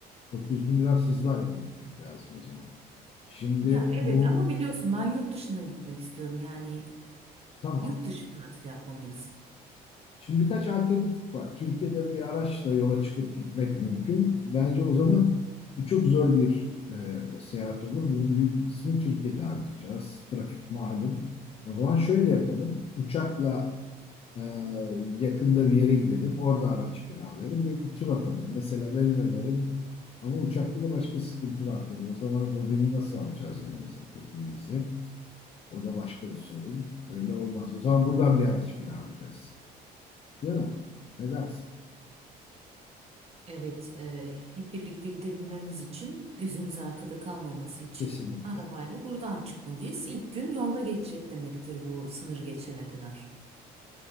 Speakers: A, on the left; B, on the right.
A: 9 gün biraz hızlı hareket etmek lazım o zaman. Şimdi
B: Ya evet
A: bu
B: ama biliyorsun ben yurt dışına gitmek istiyorum. Yani
A: tamam.
B: yurt dışı tatil yapmalıyız.
A: Şimdi birkaç alternatif var. Türkiye'de bir araçla yola çıkıp gitmek mümkün. Bence o zaman bu çok zor bir e, seyahat olur. Bunun büyük bir kısmını Türkiye'de harcayacağız. Trafik malum. O zaman şöyle yapalım. Uçakla e, yakında bir yere gidelim. Orada araç kiralayalım ve bir tur atalım. Mesela benim önerim ama uçakta da başka sıkıntı var tabii. O zaman Robin'i nasıl alacağız yanımıza köpeğimizi? O da başka bir sorun. Öyle olmaz. O zaman buradan bir araç kiralayacağız. Değil mi? Ne dersin?
B: Evet, e, hep birlikte gidebilmemiz için, gözümüz arkada kalmaması için
A: Kesinlikle.
B: arabayla buradan çıkmalıyız. İlk gün yolda geçecek demektir bu sınırı geçene kadar.